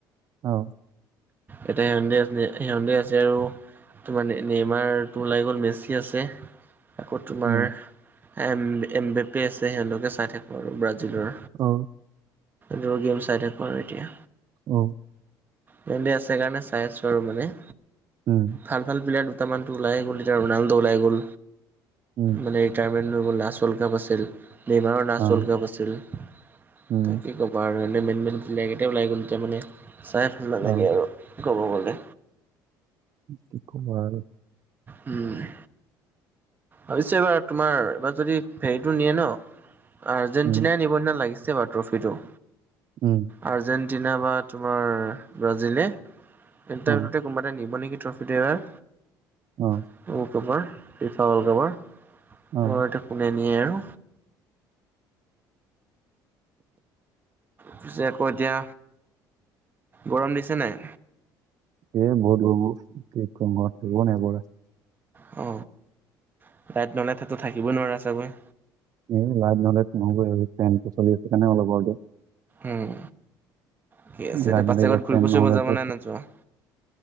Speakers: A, on the right; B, on the right.
A: অ
B: এতিয়া সিহঁতে আছে সিহঁতে আছে আৰু তোমাৰ নি নিৰ্মাৰতো ওলাই গ'ল মেচি আছে আকৌ তোমাৰ
A: উম
B: এম এম বে পে আছে সিহঁতকে চাই থাকো আৰু ব্ৰাজিলৰ
A: অ
B: দ গেম চাই থাকো আৰু এতিয়া
A: অ
B: সিহঁতে আছে কাৰণে চাই আছো আৰু মানে
A: উম
B: ভাল ভাল প্লেয়াৰ দুটামানটো ওলাই গ'ল এতিয়া ৰণাল্ডো ওলাই গ'ল
A: উম
B: মানে ট্টাবিল লাষ্ট ৱলকাপ আছিল মেহ মাহৰো‌ লাষ্ট
A: অ
B: ৱলকাপ আছিল ছিল
A: উম
B: তাকে কি ক'বা আৰু এনে মেনমেন প্লিয়াৰ কেইটাই ওলাই গ'ল এতিয়া মানে চাই নালাগে
A: অ
B: আৰু ক'ব গ'লে
A: কি কবা আৰু
B: উম ভাবিছো এইবাৰ তোমাৰ এইবাৰ যদি ফেৰিটো নিয়ে ন আৰ্জেণ্টিনাই
A: উম
B: নিব নিচিনা লাগিছে এইবাৰ ট্ৰফিটো
A: উম
B: আৰ্জেণ্টিনা বা তোমাৰ ব্ৰাজিলে <unintelligible>
A: অ
B: কোনোবা এটাই নিব নেকি ট্ৰফিটো এইবাৰ
A: অ
B: <unintelligible>
A: অ
B: কোনে নিয়ে আৰু পিছে আকৌ এতিয়া গৰম দিছে নাই
A: এই বহুত গৰম ও কি কম থাকিব নাই পৱা
B: অ <unintelligible> থাকিবই নোৱাৰা চাগৈ
A: উম লাইট‌ নহলে নহ'বই আৰু ফেনটো চলি আছে কাৰণে অলপ
B: উম ঠিকে আছে
A: লাইট
B: এতিয়া
A: নাথাকিলে
B: পাচিঘাট
A: ফেন
B: ঘূৰিব
A: নহ'লেতো
B: চুৰিব যাবা নে নোযোৱা